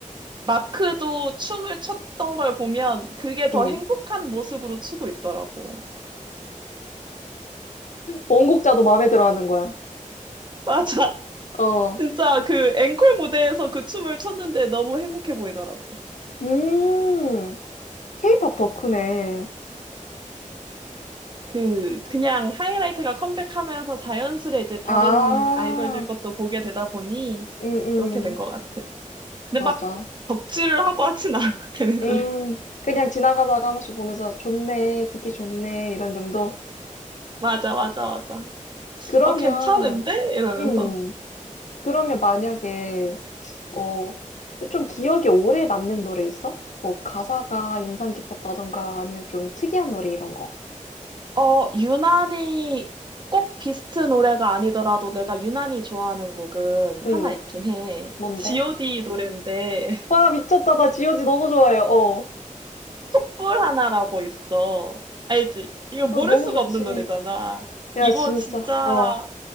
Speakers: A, on the right; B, on the left.
A: 마크도 춤을 췄던 걸 보면 그게 더
B: 응.
A: 행복한 모습으로 추고 있더라고.
B: 원곡자도 마음에 들어 하는 거야.
A: 맞아. <laughs>
B: 어.
A: 진짜 그 앵콜 무대에서 그 춤을 췄는데 너무 행복해 보이더라고.
B: 음, 케이팝 덕후네.
A: 그 그냥 하이라이트가 컴백하면서 자연스레 이제 다른
B: 아,
A: 아이돌들 것도 보게 되다 보니
B: 응, 응.
A: 그렇게 된 것 같아. 근데
B: 맞아.
A: 막 덕질을 하고 하진 않아, <laughs> 걔네들
B: 음,
A: <laughs>
B: 그냥 지나가다가 한 번씩 보면서 좋네, 듣기 좋네, 이런 정도?
A: 맞아, 맞아, 맞아.
B: 그러면,
A: 어, 괜찮은데? 이러면서.
B: 음, 그러면 만약에, 어, 좀 기억에 오래 남는 노래 있어? 뭐 가사가 인상 깊었다던가 아니면 좀 특이한 노래 이런 거.
A: 어, 유난히 꼭 비스트 노래가 아니더라도 내가 유난히 좋아하는 곡은
B: 응,
A: 하나 있긴 해.
B: 뭔데?
A: G.O.D 노래인데, <laughs>
B: 와, 미쳤다. 나 지오지 너무 좋아해요. 어.
A: 촛불 하나라고 있어. 알지? 이거 모를
B: 아, 너무
A: 수가
B: 좋지.
A: 없는 노래잖아.
B: 야,
A: 이거
B: 진짜.
A: 진짜
B: 어.